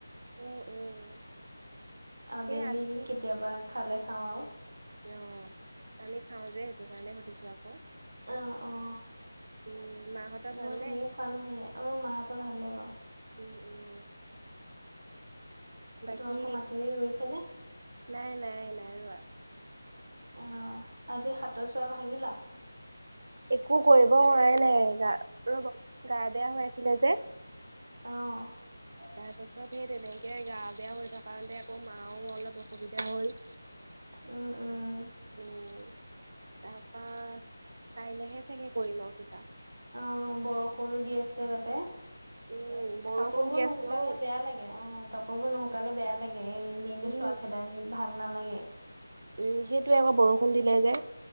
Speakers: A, on the right; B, on the right.
A: উম, উম। তাকে
B: আবেলি
A: আমি
B: কেতিয়াবা খালে, খাওঁ আৰু।
A: অ' আমি খাওঁ যে সেইটো কাৰণে সুধিছোঁ আকৌ
B: অ' অ'
A: উম মা হঁতৰ
B: মোৰ
A: ভালনে
B: তেনেকে খোৱা নহয় অ মা হঁতৰ ভালেই বাৰু
A: উম উম বাকী
B: তোমালোকৰ মাটি ৰুইছে নে?
A: নাই নাই নাই ৰোৱা
B: অ' আজি সাতৰ চোৱা ভাঙিলা।
A: একো কৰিব হোৱা নাই গা ৰব গা বেয়া হৈ আছিলে যে
B: অ'
A: তাৰপাছত সেই তেনেকে গা বেয়া হৈ থাকোতে আকৌ মাও অলপ অসুবিধা হল
B: উম উম
A: উম তাৰপা কাইলৈহে চাগে কৰিম আৰু কিবা
B: অ' বৰষুণো দি আছিলে তাতে।
A: উম বৰষুণ
B: কাপোৰ বোৰ
A: দি
B: নুশুকালে
A: আছে অ
B: বেয়া লাগে অ' কাপোৰ বোৰ নুশুকালে বেয়া লাগে। এই এনেই এনেই
A: উম
B: চোৱা খেদায় ভাল নালাগে।
A: উম সেইটোৱে আকৌ বৰষুণ দিলে যে।